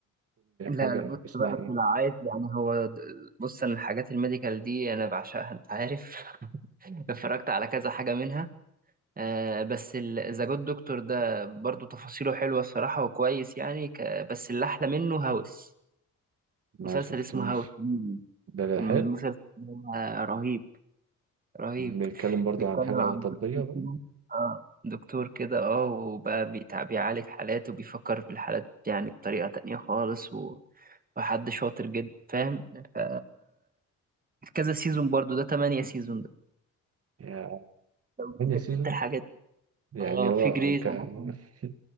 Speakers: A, on the right; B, on the right.
A: لا
B: حاجة
A: لا، بص
B: اسمها
A: بقى
B: ايه
A: انت لو عايز يعني هو د- بص انا الحاجات الميديكال دي انا بعشقها انت عارف <laughs> اتفرجت على كذا حاجه منها آه بس ذا جود دكتور ده برضو تفاصيله حلوه الصراحه وكويس يعني ك... بس اللي احلى منه هاوس
B: ما
A: مسلسل
B: شفتوش
A: اسمه هاوس مم.
B: ده ده
A: المسلسل
B: حلو
A: ده رهيب رهيب
B: بيتكلم برضو
A: بيتكلم
B: عن حاجة
A: عن
B: طبية
A: دكتور
B: برضو
A: كده آه دكتور كده اه وبقى بيتع- بيعالج حالات وبيفكر في الحالات يعني بطريقة تانية خالص و... وحد شاطر جدا فاهم ف كذا سيزون برضو ده تمانية سيزون ده
B: يعني
A: بتحب
B: تاني سيزون
A: انت الحاجات دي
B: يعني
A: اه
B: هو
A: في جريز
B: كان
A: أناتومي.
B: <laughs>